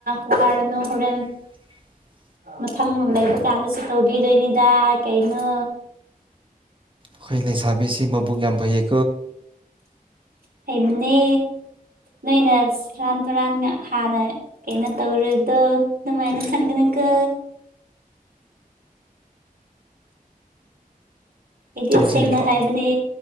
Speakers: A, on the right; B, on the right.
A: ꯋꯥꯔꯅ ꯍꯣꯔꯦꯟ
B: <inaudible>
A: ꯃꯊꯪ ꯂꯩꯕ ꯀꯥꯟꯗꯁꯨ ꯇꯧꯕꯤꯗꯣꯏꯅꯤꯗ ꯀꯩꯅꯣ
B: ꯈꯣꯏ ꯂꯩ ꯁꯥꯐꯦꯁꯤ ꯃꯕꯨꯒꯝ ꯐꯩ
A: ꯊꯩꯅꯦ ꯅꯣꯏꯅ ꯔꯥꯟ ꯇꯨꯔꯥꯟ ꯍꯅ ꯀꯩꯅꯣ ꯇꯧꯔꯗꯣ ꯑꯗꯨꯃꯥꯏꯅ ꯈꯟꯒꯅꯤꯀ ꯑꯩꯗꯤꯠ
B: ꯅꯪꯁꯤ
A: ꯁꯦꯡꯅ
B: ꯅꯨꯄꯥ
A: ꯍꯥꯏꯕꯅꯦ